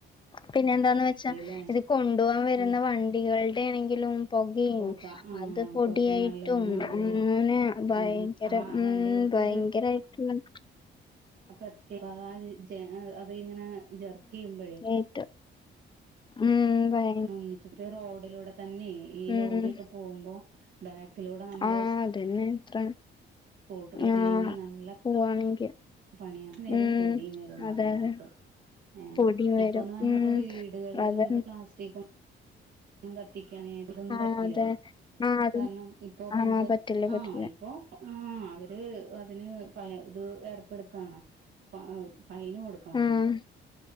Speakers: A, on the left; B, on the right.
A: പിന്നെ എന്താന്ന് വെച്ചാ
B: ല്ലേ
A: ഇത് കൊണ്ടുപോവാൻ വരുന്ന
B: ഉം
A: വണ്ടികൾടെ ആണെങ്കിലും പൊകിം
B: പൊക ആ
A: അത് പൊടിയായിട്ടും
B: പൊക നല്ലോണം ഉണ്ട്ല്ലേ
A: അങ്ങനെ ഭയ ഭയങ്കര
B: ഉം ആ
A: ഉം
B: വണ്ടികൾക്കൊരു
A: ഭയങ്കരായിട്ട്ള്ള
B: അപത്യേ അ അതാ <unintelligible> ഇങ്ങനെ ജെർക്കെയ്യുമ്പോഴേ
A: യ്ട്ട് ഉം ഭയ
B: ഒന്നിച്ചപ്പോ ഈ റോഡിലൂടെ തന്നെ ഈ ലോറി
A: ഉം
B: ഒക്കെ പോ പോവുമ്പോ ബാക്കിലൂടെ നമ്മള്
A: ആഹ്
B: സ്കൂട്ടർല്
A: അതന്നെ ഇത്ര
B: പില്ലെങ്കി
A: ആഹ്
B: നല്ല
A: പോവാണെങ്കി
B: പണിയാണ് വരും
A: ഉം
B: പൊടിം വെരും നന്നായിട്ട്
A: അതെ അതെ
B: ഏഹ്
A: പൊടിയും
B: ഇപ്പൊന്ന്
A: വരും
B: അർഞ്ഞാപ്പ
A: ഉം
B: വീട്കൾല്
A: അതെ
B: നമുക്ക് പ്ലാസ്റ്റിക്കും കത്തിക്കായിട്ടൊന്നും
A: ആഹ്
B: പറ്റില്ലല്ലോ
A: അതെ ആഹ് അതും
B: കാരണം ഇപ്പൊ
A: ആഹ്
B: പഞ്ച
A: പറ്റില്ല
B: ആഹ്
A: പറ്റില്ല
B: ഇപ്പൊ ആഹ് അവര് അതിന് പ്പ ഇത് ഏർപ്പെടുത്താണ് പ്പഅഹ് ഫൈനൊടുക്കണം
A: ആഹ്
B: നമ്മള്